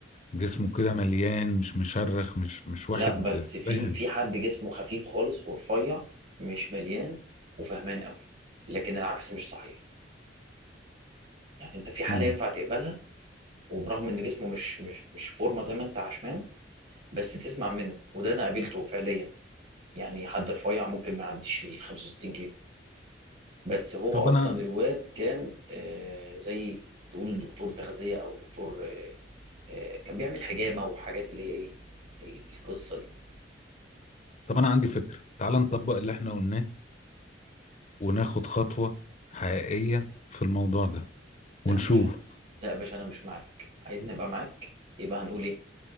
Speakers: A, on the left; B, on the right.
A: جسمه كده مليان مش مشرخ مش مش
B: لا
A: واحد
B: بس في
A: فاهم
B: في حد جسمه خفيف خالص ورفيع مش مليان وفهمان قوي لكن العكس مش صحيح يعني انت في حاله
A: مم.
B: ينفع تقبلها وبرغم ان جسمه مش مش مش فورمه زي ما انت عشمان بس تسمع منه وده انا قابلته فعليا يعني حد رفيع ممكن ما يعديش ال 65 كيلو بس هو
A: طب
B: اصلا
A: انا
B: الواد كان آه، زي تقول دكتور تغذيه او دكتور آه، آه، كان بيعمل حجامه وحاجات اللي هي ايه ال- القصه دي
A: طب انا عندي فكرة تعال نطبق اللي احنا قلناه وناخد خطوة حقيقية في الموضوع ده
B: لا
A: ونشوف
B: يا باشا أنا- لا يا باشا انا مش معاك عايزني ابقى معاك يبقى هنقول ايه